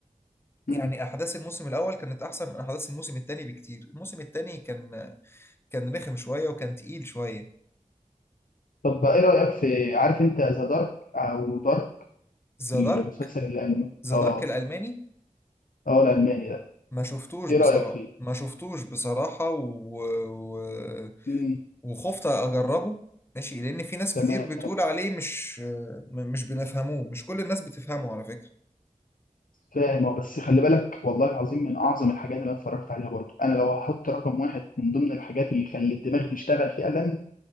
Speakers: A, on the left; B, on the left.
A: يعني
B: مم.
A: احداث الموسم الاول كانت احسن من احداث الموسم الثاني بكتير الموسم الثاني كان كان رخم شويه وكان تقيل شويه
B: طب ايه رأيك في عارف انت ذا دارك او دارك
A: ذا
B: المسلسل
A: دارك
B: الالماني
A: ذا
B: اه
A: دارك الالماني
B: اه الالماني ده
A: ما شفتوش
B: ايه
A: بصراحه
B: رأيك فيه
A: ما شفتوش بصراحه و... و...
B: مم.
A: وخفت اجربه ماشي لان في ناس
B: تمام
A: كتير بتقول عليه مش م- مش بنفهموه مش كل الناس بتفهمه على فكره
B: فاهم اه بس خلي بالك والله العظيم من اعظم الحاجات اللي انا اتفرجت عليها برضو انا لو هحط رقم واحد من ضمن الحاجات اللي خلت الدماغ تشتغل فعلا